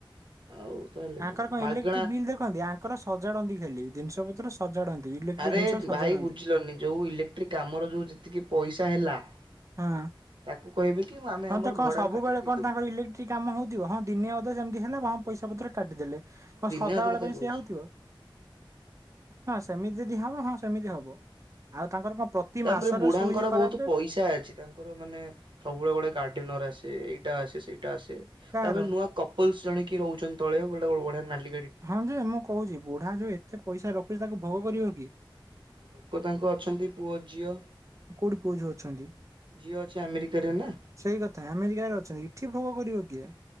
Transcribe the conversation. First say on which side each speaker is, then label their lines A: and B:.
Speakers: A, on the right; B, on the right.
A: ଆଉ ତାହେଲେ
B: ଆଙ୍କର କଣ
A: ମାଗଣା
B: ଇଲେକ୍ଟ୍ରିକ ବିଲ୍ ଦେଖନ୍ତି ଆଙ୍କର ସଜାଡନ୍ତି ଖାଲି ଜିନିଷ ପତ୍ର ସଜାଡନ୍ତି ଇଲେକ୍ଟ୍ରିକ
A: ଆରେ
B: ଜିନିଷ ସଜାଡନ୍ତି।
A: ଭାଇ ବୁଝିଲନି ଯୋଉ ଇଲେକ୍ଟ୍ରିକ କାମର ଯୋଉ ଯେତିକି ପଇସା ହେଲା।
B: ହଁ।
A: ତାକୁ କହିବେ କି ଆମେ
B: ହଁ
A: ଆମର
B: ତ କଣ
A: ଭଡାରୁ
B: ସବୁବେଳେ
A: କାଟିକି ଦେଇଦବୁ।
B: କଣ ତାଙ୍କର ଇଲେକ୍ଟ୍ରିକ କାମ ହଉଥିବ ହଁ ଦିନେ ଅଧ ଯେମିତି ହେଲା ହଁ। ପଇସାତ୍ର କାଟିଦେଲେ।
A: ହଁ
B: କଣ
A: ଦିନେ
B: ସଦାବେଳେ
A: ଅଧେ କଥା
B: ପାଇଁ
A: କହୁଛି।
B: ସେିଆ ହଉଥିବ ହଁ ସେମିତି ଯଦି ହବ ହଁ ସେମିତି ହବ। ଆଉ ତାଙ୍କର କଣ? ପ୍ରତି
A: ତାପରେ
B: ମାସରେ
A: ବୁଢାଙ୍କର
B: ସୁଇଚ୍ ଖରାପେ
A: ବହୁତ ପଇସା ଅଛି ତାଙ୍କର ମାନେ ସବୁବେଳେ ଗୋଟେ କାଟ। ଆସେ ଏଇଟା ଆସେ ସେଇଟା ଆସେ
B: କାହାର
A: ତାପରେ ନୂଆ କପଲସ ଜଣି ରହୁଛନ୍ତି। ତଳେଳ ଉଡ଼େ ନଲି
B: ହଁ ଯେ ମୁଁ କହୁଛି ବୁଢା ଯୋଉ ଏତେ ପଇସା ରଖୁଛି ତାକୁ ଭୋଗ କରିବ କି
A: ଲୋକ ତାଙ୍କ ଅଛନ୍ତି ପୁଅ ଝିଅ
B: କୋଉଠି ପୁଅ ଯୋଉ ଅଛନ୍ତି
A: ଝିଅ ଅଛି ଆମେରିକାରେ ନା
B: ସେଇ କଥା ଆମେରିକାରେ ଅଛନ୍ତି ଏଠି ଭୋଗ କରିବ କିଏ?